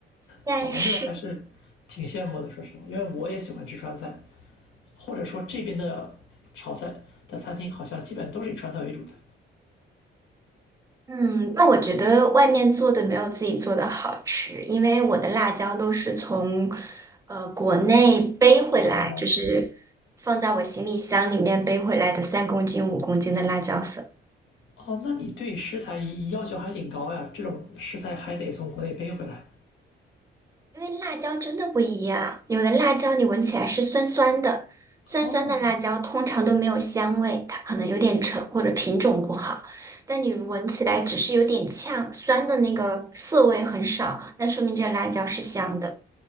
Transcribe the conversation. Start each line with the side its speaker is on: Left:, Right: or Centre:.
Right: 但是
Left: 好吧，那还是挺羡慕的，说实话，因为我也喜欢吃川菜，或者说这边的炒菜的餐厅好像基本都是以川菜为主的。
Right: 嗯，那我觉得外面做的没有自己做的好吃，因为我的辣椒都是从呃国内背回来，
Left: 哦
Right: 就是放在我行李箱里面背回来的三公斤、五公斤的辣椒粉。
Left: 哦，那你对食材要求还挺高呀，这种食材还得从国内背回来。
Right: 因为辣椒真的不一样，有的辣椒你闻起来是酸酸的，酸酸的辣椒通常都没有香味，
Left: 哦
Right: 它可能有点沉或者品种不好。但你闻起来只是有点呛，酸的那个涩味很少，那说明这个辣椒是香的。